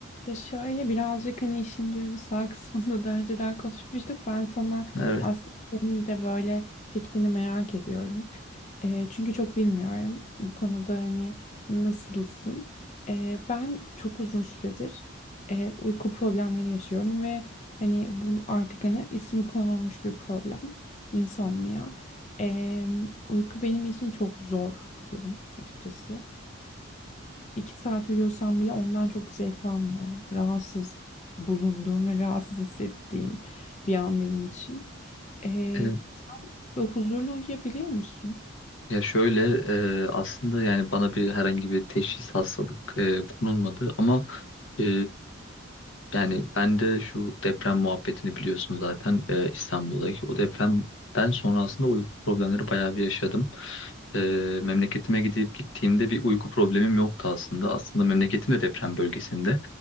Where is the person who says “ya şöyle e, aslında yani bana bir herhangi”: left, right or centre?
Left